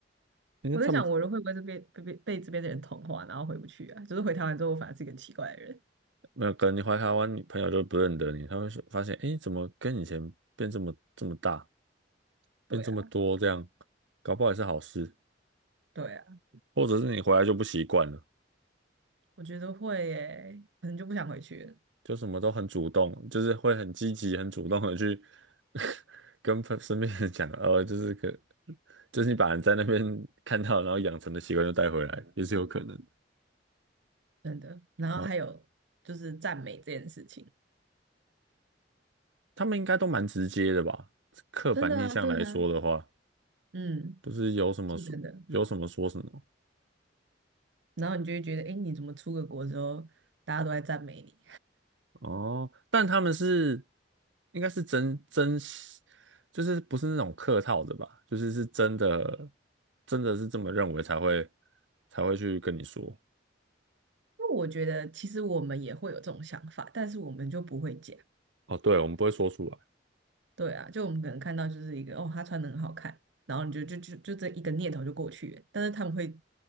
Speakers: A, on the right (about 85°); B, on the right (about 70°).
A: 因为他们
B: 我在想，我人会不会这边被被被这边的人同化，然后回不去啊？就是回台湾之后，我反而是一个奇怪的人。
A: 那个你回台湾，你朋友都不认得你，他会说发现，诶，怎么跟以前变这么这么大，变这么多这样，
B: 对啊，
A: 搞不好也是好事，
B: 对啊，
A: 或者是你回来就不习惯了。
B: 我觉得会耶，可能就不想回去了，
A: 就什么都很主动，就是会很积极、很主动的去 <laughs> 跟朋身边人讲，呃，就是可，就是你把人在那边 <laughs> 看到，然后养成的习惯就带回来，也是有可能。
B: 真的。然后还有就是赞美这件事情，
A: 蛮他们应该都蛮直接的吧？刻板印象来说的话，
B: 真的啊，对啊，嗯，
A: 就是有什么说有什么说什么
B: 是真的。然后你就会觉得，哎，你怎么出个国之后，大家都在赞美你？因
A: 哦，但他们是应该是真真，就是不是那种客套的吧？就是是真的，真的是这么认为才会才会去跟你说。
B: 为我觉得其实我们也会有这种想法，但是我们就不会讲。
A: 哦，对，我们不会说出来。
B: 对啊，就我们可能看到就是一个哦，他穿的很好看，然后你就就就就这一个念头就过去了，但是他们会